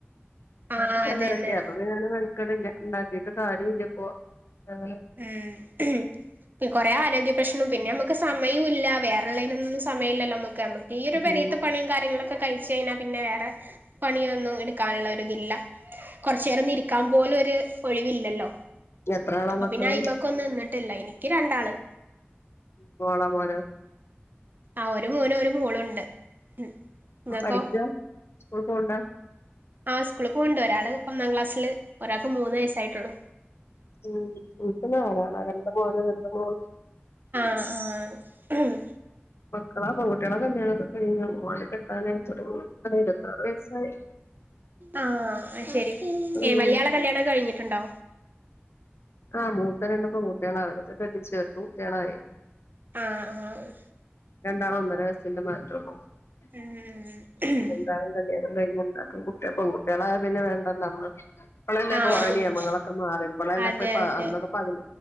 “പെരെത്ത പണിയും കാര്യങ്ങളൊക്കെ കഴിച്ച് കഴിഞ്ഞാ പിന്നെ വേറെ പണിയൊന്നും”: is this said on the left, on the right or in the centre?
Right